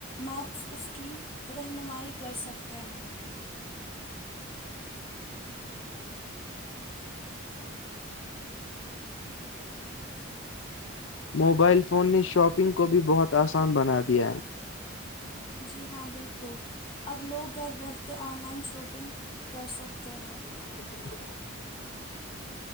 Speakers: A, on the left; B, on the left.
A: میپس اس کی رہنمائی کر سکتے ہیں
B: موبائل فون نے شاپنگ کو بھی بہت آسان بنا دیا ہے
A: جی ہاں بالکل اب لوگ گھر بیٹھتے آن لائن شاپنگ کر سکتے ہیں
B: ج <inaudible>